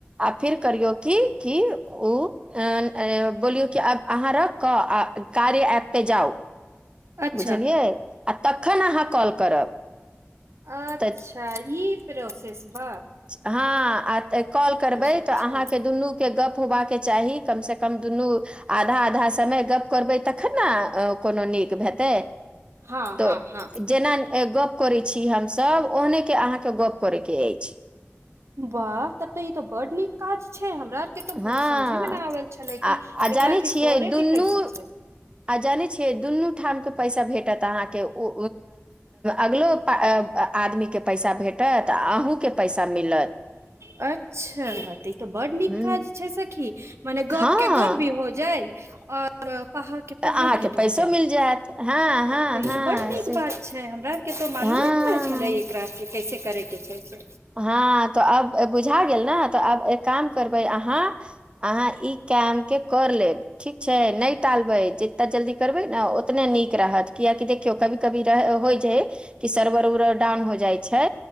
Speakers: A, on the right; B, on the right.
A: आ फिर करियो <unintelligible> ऊ अ बोलीयौ कि आब अहाँ रख क कार्य ऐप पे जाउ
B: अच्छा
A: बुझलिये आ तखन अहाँ कॉल करब
B: अच्छा
A: तऽ
B: ई प्रोसेस बा
A: हँ आ कॉल
B: ई
A: करबे
B: प्रोसेस
A: त
B: छै
A: अहाँ के दुनू के गप होबा के चाही कम से कम दुनू आधा आधा समय गप्प करबै तखन ने कोनो नीक भेतै
B: हँ हँ
A: तो
B: हँ
A: जेना गप करे छी हम सब ओहने के अहाँ के गप करे के अछि
B: वाह तब त ई त बड नीक काज छै हमरा आर के तो बू
A: हँ
B: समझे मे नै आबल छले
A: आ
B: कि
A: आ जानै
B: एकरा के
A: छियै
B: करे
A: दुनू
B: के कैसे छै
A: आ जाने छिये दुनू ठाम के पैसा भेटत अहाँ के ओ अगलो प आदमी के पैसा भेटत आ अहु के पैसा मिल
B: अच्छा देखियौ बड नीक
A: हूँ
B: काज छै सखी मने गप
A: हँ
B: के गप भी हो जाय आ पाहा के पाहो
A: अहाँके
B: भेटा
A: पैसो
B: जाय
A: मिल जायत हँ हँ
B: त ई
A: हँ
B: बड नीक
A: से
B: बात छे हमरा के त मालूमे
A: हँ
B: नै छले एकरा कैसे करै के छै से
A: हँ त आब बुझा गेल ने त आब एक काम करबे अहाँ अहाँ ई केमके कर लेब ठीक छै नै टालबै जेते जल्दी करबै ने ओतने नीक रहत कियकि देखियौ कभी कभी रहे होय छै कि सरवर <unintelligible> डॉन हो जै छै